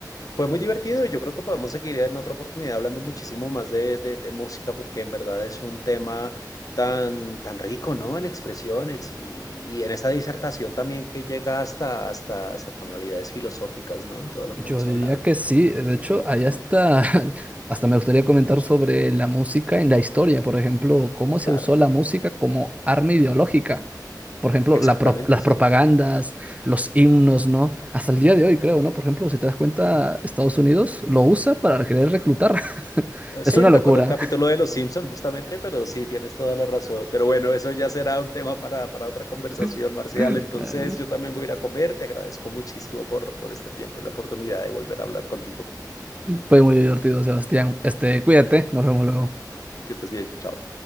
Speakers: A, on the left; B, on the right.
A: Fue muy divertido y yo creo que podemos seguir en otra oportunidad hablando muchísimo más de, de- de música porque en verdad es un tema tan, tan rico, ¿no? En expresiones y, y en esta disertación también que llega hasta, hasta, hasta tonalidades filosóficas, ¿no? En todo lo
B: Yo
A: que hemos
B: diría
A: hablado.
B: que sí, de hecho, ahí
A: Mm,
B: hasta, <laughs> hasta me gustaría comentar sobre la música en la historia, por ejemplo, cómo
A: claro,
B: se usó la música como arma ideológica, por ejemplo,
A: exactamente,
B: la pro- las
A: sí.
B: propagandas, los himnos, ¿no? Hasta el día de hoy, creo, ¿no? Por ejemplo, si te das cuenta, Estados Unidos lo usa para querer reclutar. <laughs>
A: Eh,
B: Es
A: Sí,
B: una
A: me
B: locura.
A: recuerda un capítulo de Los Simpson, justamente, pero sí, tienes toda la razón. Pero bueno, eso ya será un tema para, para otra conversación,
B: <laughs>
A: Marcial. Entonces, yo también voy a ir a comer. Te agradezco muchísimo por, por este tiempo y la oportunidad de volver a hablar contigo.
B: Fue muy divertido, Sebastián. Este, cuídate, nos vemos luego.
A: Que estés bien. Chao.